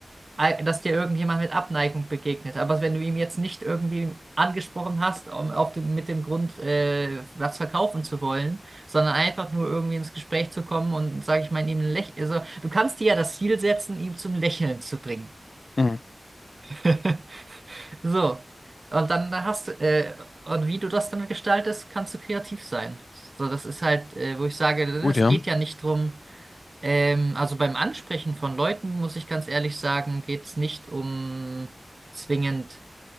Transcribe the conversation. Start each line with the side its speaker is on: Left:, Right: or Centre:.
Right: ei- dass dir irgendjemand mit Abneigung begegnet. Aber wenn du ihm jetzt nicht irgendwie angesprochen hast, um, auf dem, mit dem Grund, äh, was verkaufen zu wollen, sondern einfach nur irgendwie ins Gespräch zu kommen und, sage ich mal, ihm ein Lächeln, also du kannst dir ja das Ziel setzen, ihm zum Lächeln zu bringen.
Left: Mhm.
Right: <laughs> So. Und dann hast du, äh, und wie du das dann gestaltest, kannst du kreativ sein. So, das ist halt, äh, wo ich sage,
Left: Gut,
Right: es
Left: ja.
Right: geht ja nicht drum, ähm, also beim Ansprechen von Leuten, muss ich ganz ehrlich sagen, geht es nicht um zwingend